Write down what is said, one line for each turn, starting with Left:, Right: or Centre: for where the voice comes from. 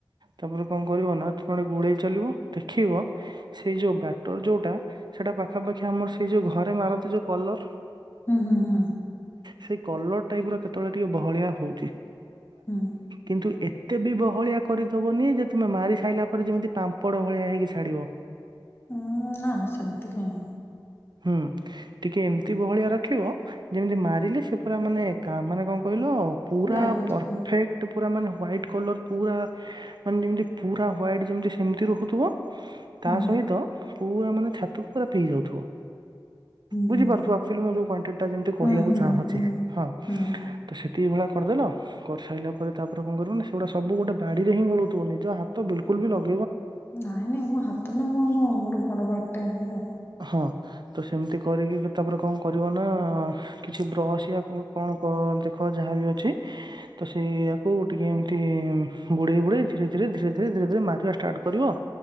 Right: ତାପରେ କଣ କରିବ ନା ତମେଡେ ଗୋଳେଇ ଚାଲିବ ଦେଖିବ ସେଇ ଯୋଉ ବଟର ଯୋଉଟା ସେଇଟା ପାଖାପାଖି ଆମର ସେଇ ଯୋଉ ଘରେ ମାରନ୍ତି ଯୋଉ କଲର
Left: ହୁଁ ହୁଁ ହୁଁ
Right: ସେଇ କଲର ଟାଇପ ର କେତେବେଳେ ଟିକେ ବହଳିଆ ହଉଛି।
Left: ହୁଁ,
Right: କିନ୍ତୁ ଏ କେତେ ବି ବହଳିଆ କରିଦବନି ଯେ ତୁମେ ମାରି ସାରିଲା ପରେ ଯେମିତି ପାମ୍ପଡ଼ ଭଳିଆ ହେଇକି ଛାଡ଼ିବ।
Left: ଉୁଁ ନା ସେମିତି କହିଁ
Right: ହୁଁ ଟିକେ ଏମିତି ବହଳିଆ ରଖିବ ଯେମିତି ମାରିଲେ ସେ ପୁରା ମାନେ କା ମାନେ କଣ କହିଲ ପୁରା
Left: ଲାଗୁଥିବ
Right: ପରଫେକ୍ଟ ପୁରା ମାନେ ହ୍ୱାଇଟ୍ କଲର ପୁରା ମାନେ ଯେମିତି ପୁରା ହ୍ୱାଇଟ୍ ଯେମିତି ସେମିତି ରହୁଥିବ
Left: ହୁଁ
Right: ତା ସହିତ ପୁରା ମାନେ ଛାତକୁ ପୁରା ପିଇ ଯାଉଥିବ।
Left: ହୁଁ
Right: ବୁଝିପାରୁଛ ଆଉଚ୍ୟାଲିଚ ମୁ କ୍ୱାଣ୍ଟିଟି ଟା ଯେମିତି କହିବାକୁ
Left: ହୁଁ ହୁଁ
Right: ଚାହୁଁଛି।
Left: ହୁଁ
Right: ହଁ
Left: ହୁଁ
Right: ତ ସେତିକି ଭଳିଆ କରିଦେଲ। କରିସାରିଲା ପରେ ତାପରେ କଣ କରିବନ ସେଗୁଡ଼ା ସବୁ ଗୋଟେ ବାଡ଼ିରେ ହିଁ ଗୋଳଉଥିବ ନିଜ ହାତ ବିଲକୁଲ ବି ଲଗ
Left: ନାଇଁ ନାଇଁ ମୋ ହାତ ନୁହ <inaudible> ମୋର ବଡ଼ ବାଡି ଟେ ଆଣିବି ଆଉ।
Right: ହଁ ତ ସେମିତି କରିକି ତାପରେ କଣ କରିବ ନା କିଛି ବ୍ରସ୍ ୟା କଉ କଣ କ ଦେଖ ଯାହାବି ଅଛି ତ ସେ ୟାକୁ ଟିକେ ଏମିତି ବୁଡେଇ ବୁଡେଇ ଧୀରେ ଧୀରେ ଧୀରେ ଧୀରେ ଧୀରେ ଧୀରେ ମାରିବା ଷ୍ଟାର୍ଟ କରିବ